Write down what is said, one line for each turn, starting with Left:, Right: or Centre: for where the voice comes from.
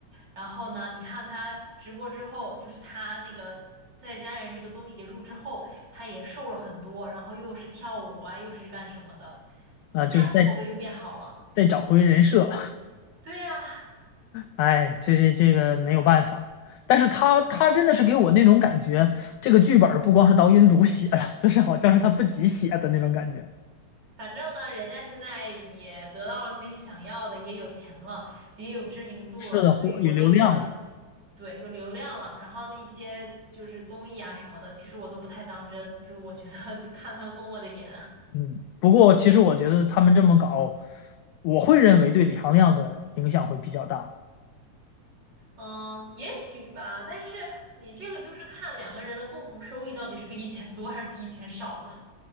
Right: 然后呢，你看他直播之后，就是他那个《再见爱人》这个综艺结束之后，他也瘦了很多，然后又是跳舞啊，又是干什么的，
Left: 啊，
Right: 一下子口碑就变好了。
Left: 就是在在找回人设。
Right: 对呀，
Left: 哎，这这这个没有办法，但是他他真的是给我那种感觉，这个剧本儿不光是导演组写的，<laughs> 就是好像是他自己写的那种感觉。
Right: 反正呢，人家现在也得到了自己想要的，也有钱了，也有知名度了，
Left: 是的，
Right: 所以我都觉得。
Left: 火有流量了，
Right: 对，有流量了，然后那些就是综艺啊什么的，其实我都不太当真，就我觉得 <laughs> 就看他们默默的演，
Left: 嗯。不过其实我觉得他们这么搞，我会认为对李行亮的影响会比较大。
Right: 嗯，也许吧，但是你这个就是看两个人的共同收益到底是比以前多还是比以前少了。